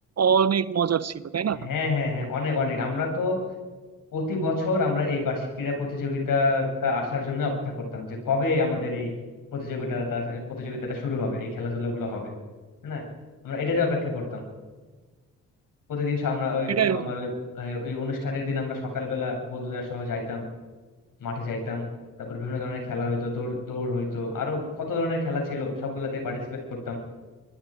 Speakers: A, on the right (about 45°); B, on the left (about 65°).
A: অনেক মজার ছিল তাই না
B: হ্যাঁ হ্যাঁ হ্যাঁ অনেক অনেক আমরা তো প্রতি বছর আমরা এই বার্ষিক ক্রীড়া প্রতিযোগিতাটা আসার জন্য অপেক্ষা করতাম যে কবে আমাদের এই প্রতিযোগিতাটা প্রতিযোগিতাটা শুরু হবে এই খেলাধুলা গুলো হবে তাই না আমরা এটারই অপেক্ষা করতাম প্রতিদিন সা- আমরা ওই
A: সেটাই বন্ধু
B: আমার ওই ওই অনুষ্ঠানের দিন আমরা সকালবেলা বন্ধুদের সহ যাইতাম মাঠে যাইতাম তারপর বিভিন্ন ধরনের খেলা হইতো দৌড় দৌড় হইতো আরো কত ধরনের খেলা ছিল সবগুলাতে পার্টিসিপেট করতাম